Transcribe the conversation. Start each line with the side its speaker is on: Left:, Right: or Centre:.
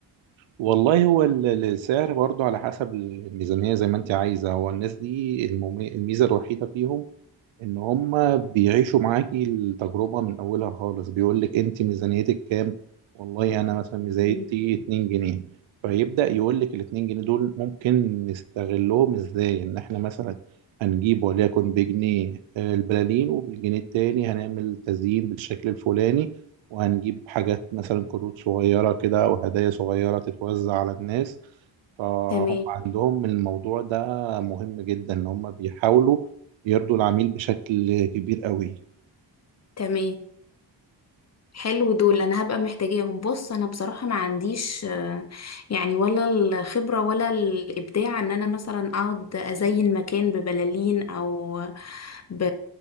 Right: والله هو ال- ال- السعر برضو على حسب الميزانية زي ما أنت عايزة هو الناس دي الممي- الميزة الوحيدة فيهم ان هم بيعيشوا معاكي التجربة من اولها خالص بيقول لك انت ميزانيتك كام والله انا مثلا ميزانيتي
Left: تمام
Right: 2 جنيه فيبدأ يقول لك ال 2 جنيه دول ممكن نستغلهم ازاي ان احنا مثلا هنجيب وليكن بجنيه آه، البلالين وبالجنيه التاني هنعمل تزيين بالشكل الفلاني وهنجيب حاجات مثلا كروت صغيرة كده او هدايا صغيرة تتوزع على الناس فهم
Left: تمام
Right: عندهم الموضوع ده مهم جدا ان هم بيحاولوا يرضوا العميل بشكل كبير قوي
Left: تمام حلو دول انا هبقى محتاجاهم بص انا بصراحة ما عنديش آه، يعني ولا الخبرة ولا الابداع ان انا مثلا اقعد ازين مكان ببلالين او ب...